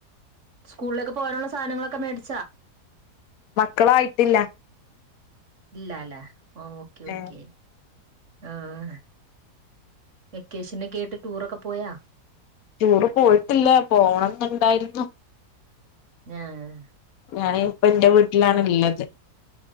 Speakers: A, on the right; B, on the left.
A: സ്കൂളിലേക്ക് പോകഉള്ളെ സാനങ്ങളക്കെ മേടി
B: മക്കളായിട്ടില്ല
A: ഇല്ലല്ലേ ഓക്കെ ഓക്കെ
B: ഏ
A: ആഹ് വെക്കേഷനൊക്കെ ആയ്ട്ട് ടൂറൊക്കെ പോയാ
B: ടൂറ് പോയിട്ടില്ല പോണംന്നുണ്ടായിരുന്നു
A: ആഹ്
B: ഞാനെ ഇപ്പ എന്റെ വീട്ടിലാണ് ഉള്ളത്